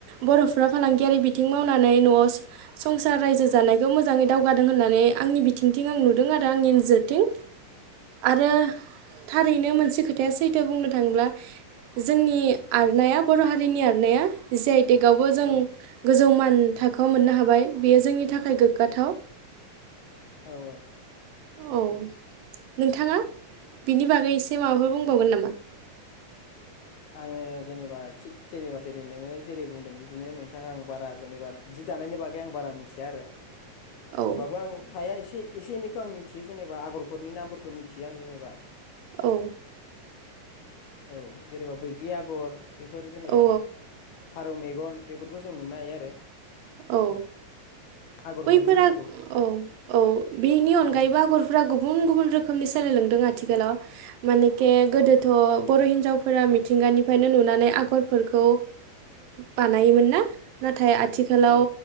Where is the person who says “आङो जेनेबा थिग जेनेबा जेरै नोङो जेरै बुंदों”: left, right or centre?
Left